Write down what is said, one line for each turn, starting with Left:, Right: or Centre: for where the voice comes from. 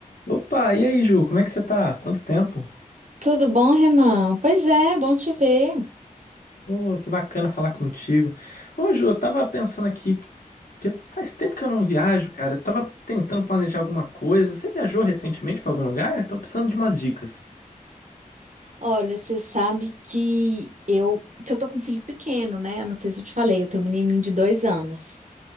Left: Opa, e aí, Ju, como é que você tá? Quanto tempo?
Right: Tudo bom, Renan? Pois é, bom te ver.
Left: Ô, que bacana falar contigo. Ô, Ju, eu tava pensando aqui que faz tempo que eu não viajo, cara. Eu tava tentando planejar alguma coisa. Você viajou recentemente pra algum lugar? Tô precisando de umas dicas.
Right: Olha, você sabe que eu que eu tô com um filho pequeno, né? Eu não sei se eu te falei, eu tenho um menininho de dois anos.